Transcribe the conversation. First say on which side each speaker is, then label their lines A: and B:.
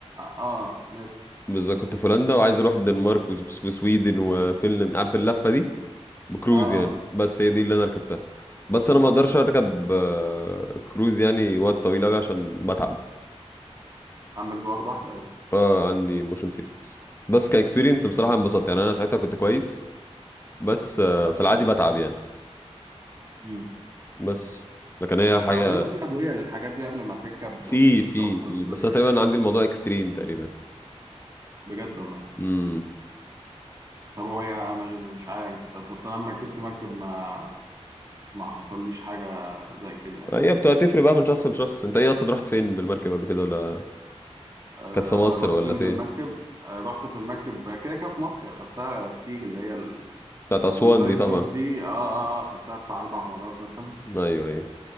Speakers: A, on the right; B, on the left.
A: اه ماشي
B: بالظبط كنت في هولندا وعايز اروح الدنمارك وس- وسويدن وفنلند عارف اللفه دي بكروز
A: اه
B: يعني
A: اه
B: بس هي دي اللي انا ركبتها بس انا ما اقدرش اركب آه، كروز يعني وقت طويل قوي عشان بتعب
A: عندك دوار بحر ولا
B: آه، عندي موشن سيكنس بس كاكسبيرينس
A: إيه؟ يا ساتر
B: بصراحه انبسطت يعني انا ساعتها كنت كويس بس آه، في العادي بتعب يعني
A: مم.
B: بس لكن هي
A: بس
B: حاجه
A: اظن في ادويه للحاجات دي قبل ما تركب
B: في
A: بتظبط
B: في في
A: الدنيا
B: بس انا
A: يعني
B: تقريبا عندي الموضوع اكستريم تقريبا
A: بجد والله
B: امم
A: طب وهي م- مش عارف بس اصل أنا لما ركبت مركب ما ما حصليش حاجه زي كده يعني
B: هي بتبقى تفرق بقى من شخص لشخص انت ايه اصلا رحت فين بالمركب قبل كده ولا
A: أه
B: كانت في مصر
A: رحت
B: ولا
A: فين
B: فين
A: بالمركب أه رحت في المركب كده كده في مصر خدتها كتير اللي هي ال-
B: بتاعت اسوان
A: النايل
B: دي طبعا
A: كروز دي اه اه اه خدتها بتاع اربع مرات مثلا
B: ايوه ايوه